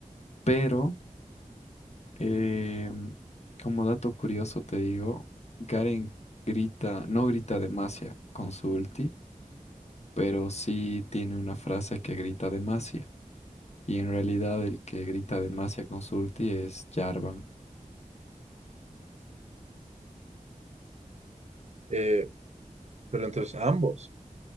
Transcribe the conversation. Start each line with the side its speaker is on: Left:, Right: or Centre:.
Left: Pero, em, como dato curioso te digo, Garen grita, no grita demasia con su ulti, pero sí tiene una frase que grita demasia. Y en realidad el que grita demasia con su ulti es Jarvan.
Right: Eh, pero entonces ambos.